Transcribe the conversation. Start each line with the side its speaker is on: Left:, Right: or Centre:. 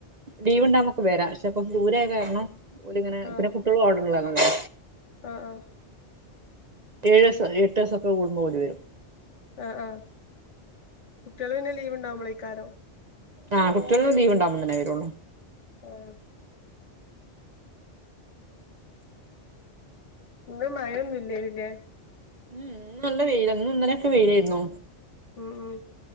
Right: ലീവ്ണ്ടാവു മ്പ വെരാ പക്ഷെപ്പം ദൂരായ
Left: ആഹ്
Right: കാരണം ഓലിങ്ങനെ
Left: ആഹ്
Right: പിന്നെ കുട്ട്യളും അവ്ടെള്ളതല്ലേ
Left: ആഹ് ആഹ്
Right: ഏഴ്സൊ എട്ടീസൊക്കെ കൂടുംമ്പം ഓടി വെരും
Left: ആഹ് ആഹ് കുട്ട്യള് പിന്നെ ലീവ്ണ്ടാവുമ്പളേയ്ക്കാരം
Right: ആഹ് കുട്ട്യള് ലീവ്ണ്ടാവുമ്പ തന്നെ വെരൊള്ളൂ
Left: ആഹ് ഇന്ന് മഴൊന്നുല്ല്യേ പിന്നേ
Right: ഉം ഇന്ന് നല്ല വെയില ഇന്നും ഇന്നലെക്കെ വെയിലായിരുന്നു
Left: ഉം ഉം